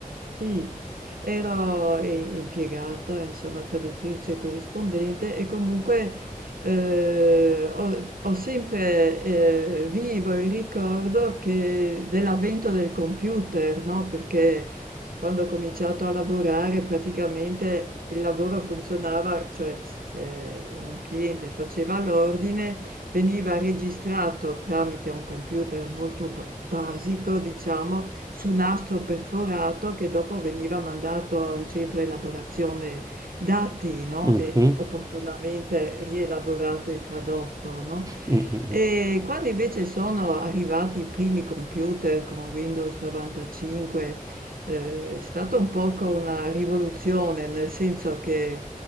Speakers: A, on the right; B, on the right.
A: sì, ero i- impiegata, insomma, traduttrice e corrispondente e comunque eh, ho, ho sempre eh, vivo il ricordo che- dell'avvento del computer, no? Perché quando ho cominciato a lavorare praticamente il lavoro funzionava, cioè s- se un cliente faceva l'ordine, veniva registrato tramite un computer molto ba- basico, diciamo, su nastro perforato che dopo veniva mandato a un centro elaborazione dati, no?
B: mhm,
A: E opportunamente rielaborato e tradotto, no?
B: mm, mm,
A: E
B: mm.
A: quando invece sono arrivati i primi computer con Windows 95, eh, è stata un poco una rivoluzione, nel senso che